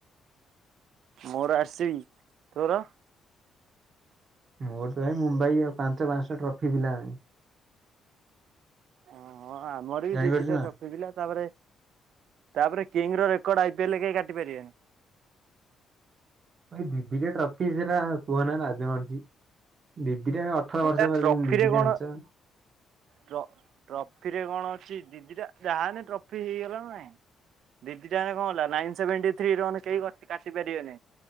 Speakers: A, on the right; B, on the right.
A: ମୋର ଆସିଚି, ତୋର
B: ମୋର ତ ଭାଇ ମୁମ୍ବାଇ ଆଉ ପାଞ୍ଚ, <inaudible> ପାଞ୍ଚଶହ ଟା ଫିବି ଲାମି
A: ଅ <inaudible> ହଁ ଆମର ବି
B: ଜାଣିପାରୁଛୁ
A: ଦି ଦିଟା
B: ନା।
A: ଟ୍ରଫି ଥିଲା, ତାପରେ ତାପରେ କିଙ୍ଗ ର ରେକର୍ଡ ଆଇପିଏଲରେ କେହି କାଟି ପାରିବେନି।
B: ଭାଇ ଦି ଦିଟା ଟ୍ରଫି ସେରା କୁହନା, ନା ନାଜ ମାଡ଼ୁଛି। ଦି, ଦିଟା ଅଠର ବର୍ଷ
A: ତା
B: ପରେ
A: ଟ୍ରଫିରେ
B: ଦି, ଦିଟା
A: କଣ
B: ଆଣିଛ।
A: ଟ୍ରଫିରେ କଣ ଅଛି, ଦି ଦିଟା ଯାହାନେ ଟ୍ରଫି ହେଇଗଲା, ନାଇଁ ଦି ଦି କଣ ହେଲା, ନାଇନ ସେଭେଣ୍ଟି ଥ୍ରୀ ର ମାନେ କେହି କାଟି ପାରିବେନି